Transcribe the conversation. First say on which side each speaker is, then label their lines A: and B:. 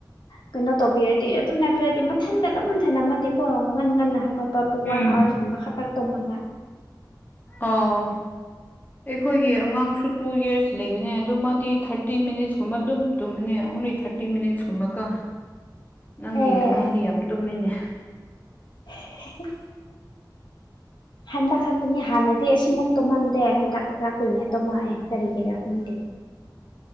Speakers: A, on the left; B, on the left.
A: ꯀꯩꯅꯣ ꯇꯧꯕꯤꯔꯗꯤ ꯑꯗꯨ ꯅꯠꯇ꯭ꯔ ꯃꯊꯟꯗ ꯑꯗꯨꯝ ꯊꯅꯝꯃꯗꯤꯀꯣ ꯉꯟ ꯉꯟꯅ ꯍꯧꯒꯠꯄ ꯋꯥꯟ
B: ꯎꯝ
A: ꯑꯋꯥꯋꯔꯁꯀꯨꯝꯕ ꯈꯠꯇ ꯇꯨꯝꯃꯒ
B: ꯑꯣꯥ ꯑꯩꯈꯣꯏꯒꯤ ꯑꯉꯥꯡꯁꯨ ꯇꯨ ꯌꯔꯁ ꯂꯩꯕꯅꯦ ꯑꯗꯨ ꯃꯥꯗꯤ ꯊꯥꯔꯇꯤ ꯃꯤꯅꯠꯁꯀꯨꯝꯕ ꯑꯗꯨꯝ ꯇꯨꯝꯕꯅꯦ ꯑꯣꯡꯂꯤ ꯊꯥꯔꯇꯤ ꯃꯤꯅꯤꯠꯁꯀꯨꯝꯕꯀꯣ ꯅꯪꯒꯤ
A: ꯑꯦ
B: ꯑꯉꯥꯡꯗꯤ ꯌꯥꯝ ꯇꯨꯝꯃꯦꯅꯦ
A: <unintelligible> ꯍꯟꯗꯛ ꯈꯛꯇꯅꯤ ꯍꯥꯟꯅꯗꯤ ꯑꯁꯤꯃ ꯇꯣꯃꯝꯗꯦ ꯍꯟꯗꯛ ꯈꯔ ꯀꯨꯏꯅ ꯇꯨꯝꯃ ꯑꯦ ꯀꯔꯤꯀꯤꯔꯥ ꯈꯪꯗꯦ꯫